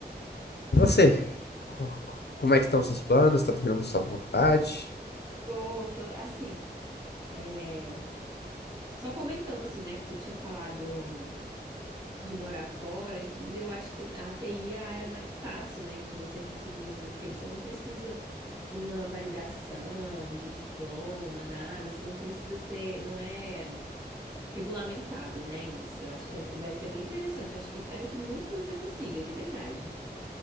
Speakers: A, on the left (about 75°); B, on the right (about 25°).
A: E você, Co- como é que estão os seus planos? Está terminando sua faculdade?
B: Tô, tô, assim. É. Só comentando assim, né, que você tinha falado de morar fora e tudo, eu acho que a TI é a área mais fácil, né, de você conseguir, assim, porque você não precisa de uma validação, de diploma, nada, você não precisa ser, não é regulamentado, né, isso. Eu acho que é- vai ser bem interessante, eu acho que espero que muito que você consiga, de verdade.